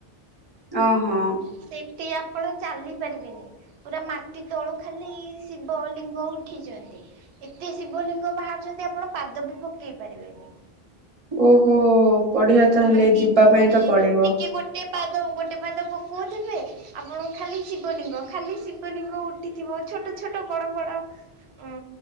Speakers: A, on the right (about 40°); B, on the right (about 85°).
A: ଓହୋ।
B: ସେଠି ଆପଣ ଚାଲି ପାରିବେନି ପୁରା ମାଟି ତଳକୁ। ଖାଲି ଶିବ ଲିଙ୍ଗ ଉଠିଛନ୍ତି ଏତେ ଶିବ ଲିଙ୍ଗ ବାହାରୁଛନ୍ତି ଆପଣ ପାଦ ବି ପକେଇ ପାରିବେନି।
A: ଓହୋ। ବଢିଆ ତାହେଲେ
B: ମ
A: ଯିବା ପାଇଁ
B: ମାନେ
A: ତ ପଡିବ।
B: ଟିକେ ଗୋଟେ ପାଦ ଗୋଟେ ପାଦ ପକଉଥିବେ। ଆପଣ ଖାଲି ଶିବଲିଙ୍ଗ ଖାଲି ଶିବଲିଙ୍ଗ ଉଠିଥିବ ଛୋଟ ଛୋଟ ବଡ ବଡ। ଉଁ